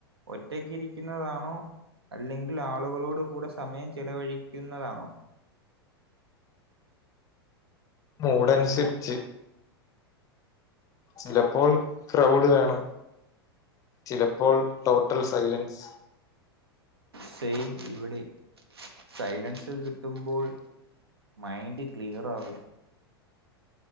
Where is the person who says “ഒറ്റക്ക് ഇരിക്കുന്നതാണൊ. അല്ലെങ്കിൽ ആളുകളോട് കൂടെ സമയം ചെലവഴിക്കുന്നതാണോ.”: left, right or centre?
Right